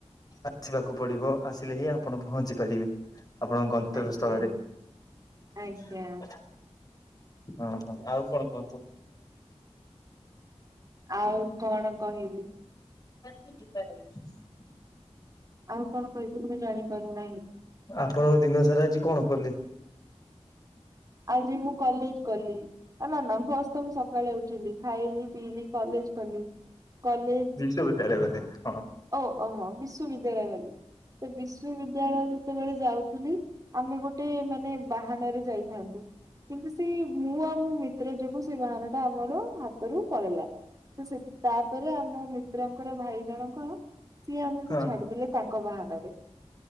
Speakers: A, on the left; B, on the right.
A: ଆଛିବାକୁ ପଡିବ ଆସିଲେ ହିଁ ଆପଣ ପହଞ୍ଚି ପାରିବେ। ଆପଣଙ୍କ ଗନ୍ତବ୍ୟ
B: ଆଜ୍ଞା
A: ସ୍ଥଳରେ।
B: ଆଜ୍ଞା
A: ହଁ, ହ ଆଉ କଣ କୁହନ୍ତୁ?
B: ଆଉ କଣ କହିବି।
A: <unintelligible> ବିବା <unintelligible>
B: ଆଉ କଣ କହିବି ମୁଁ ଜାଣିପାରୁନାହିଁ।
A: ଆପଣଙ୍କ ଦିନ ସାରା ଆଜି କଣ କଲେ?
B: ଆଜି ମୁଁ, କଲେଜ ଗଲି। ହେଲେ ନା ଫଷ୍ଟ ତ ମୁଁ ସକାଳେ ଉଠିଲି। ଖାଇଲିି, ପିଇଲିି କଲେଜ ଗଲି। କଲେଜ
A: ବିଶ୍ୱ ବିଦ୍ୟାଳୟ ଗଲେ ହଁ।
B: ଓ ଓହ! ବିଶ୍ୱବିଦ୍ୟାଳୟ ଗଲି ତ ବିଶ୍ୱବିଦ୍ୟାଳୟ ଯେତେବେଳେ ଯାଉଥିଲି, ଆମେ ଗୋଟେ ମାନେ ବାହାନରେ ଯାଇ ଥାନ୍ତୁ କିନ୍ତୁ ସେଇ ମୁଁ ଆଉ ମୋ ମିତ୍ର, ଯୋଗୁ ସେ ବାହାର ଟା ଆମର ହାତରୁ ପଳେଇିଲା। ସେ ତାପରେ ଆମ ମିତ୍ରଙ୍କର ଭାଇ ଜଣଙ୍କ ସିଏ ଆମକୁ
A: ହଁ
B: ଛାଡିଦେଲେ ତାଙ୍କ ବାହାନାରେ।